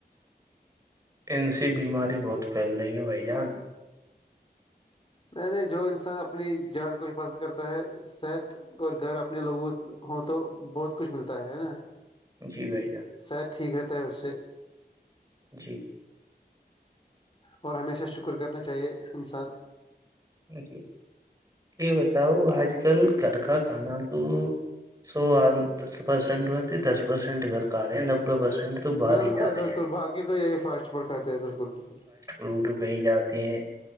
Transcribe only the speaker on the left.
نہیں نہیں جو انسان اپنی جان کو حفاظت کرتا ہے صحت اور گھر اپنے لوگو ہوں تو بہت کچھ ملتا ہے نا
سر ٹھیک رہتا ہے اس سے
اور ہمیشہ شکر کرنا چاہیے انسان
بالکل
بالکل
بقی تو یہ فاسٹ فوڈ خاتے بالکل بالکل